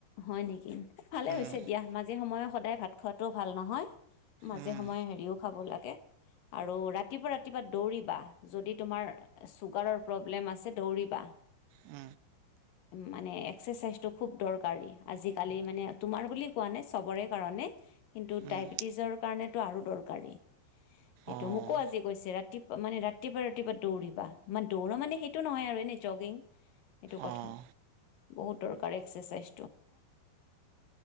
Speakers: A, on the left; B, on the right.
A: হয় নেকি ভালে
B: উম
A: হৈছে দিয়া মাজে সময়ে সদায় ভাত খোৱাাতটোও ভাল নহয় মাজে
B: উম
A: সময়ে হেৰিও খাব লাগে আৰু ৰাতিপুৱা ৰাতিপুৱা দৌৰিবা যদি তোমাৰ চুগাৰৰ প্ৰব্লেম আছে দৌৰিবা
B: উ
A: মানে এক্সাৰচাইজ টো খুব দৰকাৰ গাড়ী আজিকালি মানে তোমাৰ বুলি কোৱা নাই চবৰে কাৰণে কিন্তু
B: উম
A: ডায়বেটিছৰ কাৰণেতটো আৰু দৰকাৰী এইটো
B: অঁ
A: মোকো আজিাল কৈছে ৰাতিপা মানে ৰাতিপুৱা ৰাতিপুৱা দৌৰিবা মানে দৌৰা মানে সেইটো নহয় আৰু এনেই জগিং সেইটো কথা
B: অঁ
A: বহুত দৰকাৰী এক্সাৰচাইজ